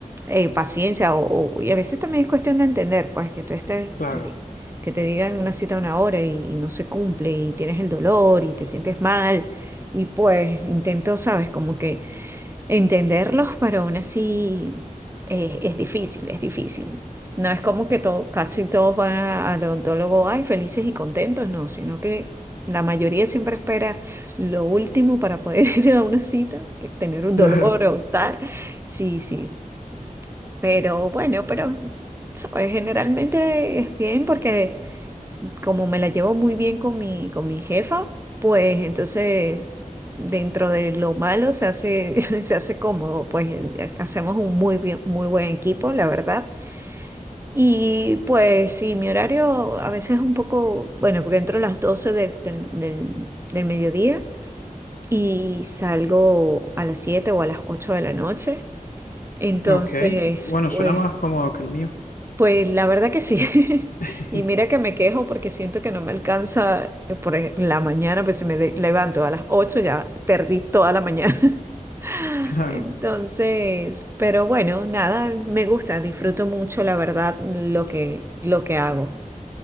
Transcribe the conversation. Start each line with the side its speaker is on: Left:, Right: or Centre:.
Right: eh, paciencia o, o- y a veces también es cuestión de entender, pues que tú estés,
Left: Claro,
Right: te di- que te digan una cita a una hora y, y no se cumple y tienes el dolor y te sientes mal y pues intento, sabes, como que entenderlos, pero aún así eh, es difícil, es difícil. No es como que to- casi todos van a- al odontólogo, ay, felices y contentos, no, sino que la mayoría siempre espera lo último para poder <laughs> ir a una cita, que tener un
Left: <laughs>
Right: dolor
Left: claro,
Right: o tal. Sí, sí, pero bueno, pero ¿sabes? generalmente es bien porque como me la llevo muy bien con mi, con mi jefa, pues entonces dentro de lo malo se hace, <laughs> se hace cómodo, pues eh, hacemos un muy bien, muy buen equipo, la verdad. Y pues sí, mi horario a veces es un poco, bueno, porque entro a las 12 del, del, del- del mediodía y salgo a las 7 o a las 8 de la noche. Entonces,
Left: ok. Bueno,
Right: pues
Left: suena más cómodo que el mío.
Right: pues la verdad que sí. <laughs>
Left: <laughs>
Right: Y mira que me quejo porque siento que no me alcanza eh, por ej- la mañana, pues si me de- levanto a las 8 ya perdí toda la mañana. <laughs>
Left: Claro.
Right: Entonces, pero bueno, nada, me gusta, disfruto mucho, la verdad, lo que, lo que hago,